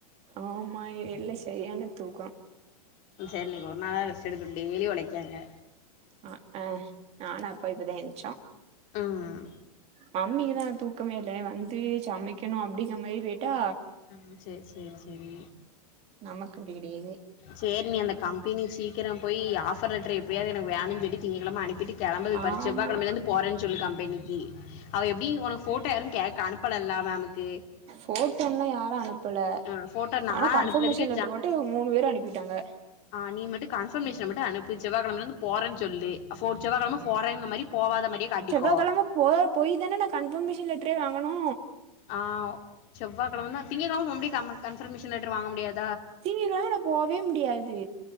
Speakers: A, on the right; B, on the left.
A: ஆமா எல்ல சரியான தூக்கோ
B: சரி இன்னைக்கி ஒரு நாளவது ரெஸ்ட் எடுக்கட் டெய்லி ஒழைக்காக
A: ஆ அ நானு அப்பாவு இப்போதே எந்ச்சோ
B: ம்
A: மம்மி தா தூக்கமே இல்ல வந்து சமைக்கணு அப்படிங்கிற மாரி வெ டா
B: ம் சேரி சேரி சேரி
A: நமக்கு அப்டி கெடயாது
B: சேரி நீ அந்த கம்பெனி சீக்கிரம் போய் ஆஃபர் லெட்டர் எப்படியாவது எனக்கு வேணு சொல்லி திங்ககிழம அனுப்பிட்டு கெளம்புது பாரு
A: ஆமா
B: செவ்வாகெழமயிலந்து போறேனு சொல்லு கம்பெனிக்கு அவ எப்டி உனக்கு ஃபோட்டா யாரு கேக் கே அனுப் அனுப்பலல்ல மேமுக்கு
A: ஃபோட்டோல்லா யாரு அனுப்பல
B: அ ஃபோட்டோ நா
A: ஆனா கன்ஃபர்மேஷன்
B: அனுப்புனதுக்கு
A: லெட்டர் மட்டு மூணு பேரு அனுப்பிட்டாங்க
B: ஆஹ் நீ மட்டு கன்பர்மேஷன் மட்டு அனுப்பு செவ்வாகெழமயிலந்து போறேனு சொல்லு ஃபோ செவ்வாகெழமயிலந்து போறேங்க மாரி போவாத மாரியே காட்டிக்கோ
A: செவ்வாகெழம போய் போய் தானே நா கன்ஃபர்மேஷன் லெட்டரே வாங்கணு
B: ஆஹ் செவ்வாகிழம திங்ககிழம மறுபுடி கன்ஃபர்மேஷன் லெட்டர் வாங்க முடியாது
A: திங்க கிழம நா போவே முடியாது